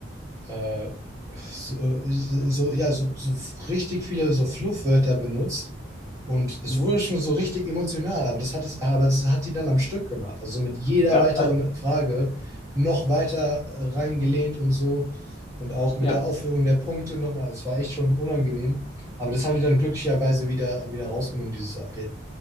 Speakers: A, on the right (about 15°); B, on the left (about 30°).
A: äh, so, so, ja, so, so richtig viele so Fluffwörter benutzt und es
B: Mhm.
A: wurde schon so richtig emotional, aber das hat es, aber das hat die dann am Stück gemacht. Also so mit jeder
B: Ja,
A: weiteren
B: also,
A: Frage noch weiter äh, reingelehnt und so. Und auch
B: ja,
A: mit der Aufführung der Punkte nochmal. Das war echt schon unangenehm. Aber das haben die dann glücklicherweise wieder, wieder rausgenommen, dieses Update.